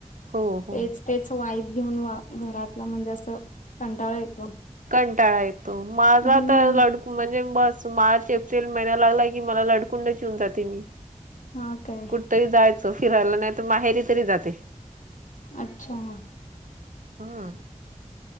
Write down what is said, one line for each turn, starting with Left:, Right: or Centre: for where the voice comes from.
Right: हो हो
Left: तेच तेच वाईट घेऊन घरातला म्हणजे असं कंटाळा येतो.
Right: कंटाळा येतो माझा
Left: हम्म
Right: तर लड म्हणजे बस मार्च महिना लागला की मला लडकुंडचीि होऊन जाते मी
Left: हा काय
Right: कुठ! तरी जायचं फिरायला नाही तर माहेरी तरी जाते.
Left: अच्छा.
Right: हम्